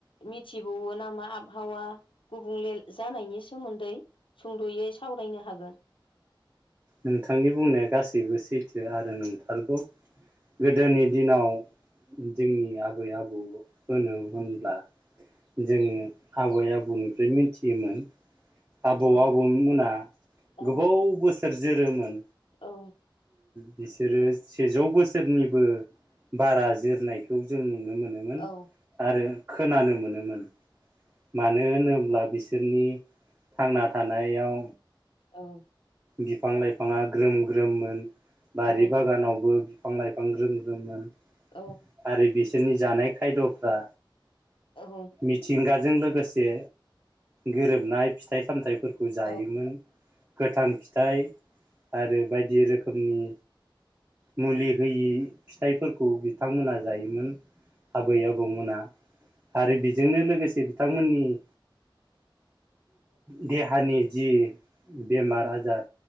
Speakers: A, on the left; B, on the right.
A: मिथिबावो नामा आबहावा गुबुंले जानायनि सोमोन्दै सुंद'यै सावरायनो हागोन
B: नोंथांनि बुंनाया गासैबो सैथो आरो नोंथारगौ गोदोनि दिनाव जोंनि आबै आबौ होनो होनब्ला जोङो आबै आबौनिफ्राय मिथियोमोन आबौ
A: औ
B: आबौमोना
A: औ
B: गोबाव बोसोर सोरुजिरोमोन
A: औ
B: बिसोरो सेजौ बोसोरनिबो बारा जोरनायखौ बे जोंनि नुनो मोनोमोन
A: औ
B: आरो खोनानो मोनोमोन मानो होन्ला बिसोरनि थांना थानायाव
A: औ
B: बिफां लाइफाङा ग्रोम ग्रोममोन बारि
A: औ
B: बागानावबो बिफां लाइफां ग्रोम ग्रोममोन
A: औ
B: आरो बेसे जोंनि जानाय खायद'फ्रा
A: औ
B: मिथिं गाज्रि जों लोगोसे गोरोबनाय फिथाइ सामथायफोरखौ जायोमोन
A: औ
B: गोथां फिथाइ आरो बायदि रोखोमनि मुलि होयि फिथाइफोरखौ बिथांमोना जायोमोन । आबै आबौमोना आरो बिजोंनो लोगोसे बिथांमोननि देहानि जि बेमार आजार